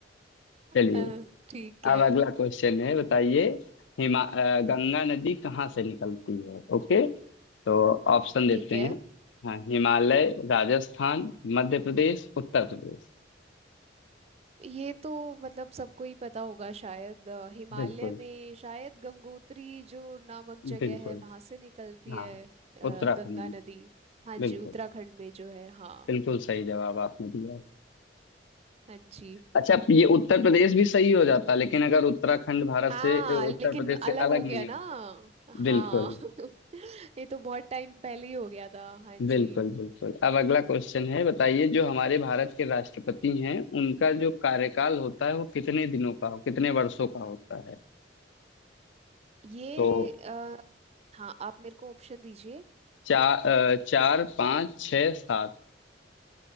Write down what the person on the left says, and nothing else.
चलिए
अब अगला क्वेश्चन है बताइए हिमा अ, गंगा नदी कहाँ से निकलती है ओके तो ऑप्शन देते
हैं हाँ हिमालय राजस्थान मध्य प्रदेश उत्तर प्रदेश
बिल्कुल
बिल्कुल
हाँ
उत्तराखंड
में
बिल्कुल
बिल्कुल सही जवाब आपने दिया है।
अच्छा ये उत्तर प्रदेश भी सही हो जाता लेकिन अगर उत्तराखंड भारत
से उत्तर
प्रदेश
से अलग
नहीं
होता
बिल्कुल
बिल्कुल बिल्कुल अब अगला क्वेश्चन है बताइए जो हमारे भारत के राष्ट्रपति हैं उनका जो कार्यकाल होता है वो कितने दिनों का हो कितने वर्षों का होता है
तो
चार चार पाँच छः सात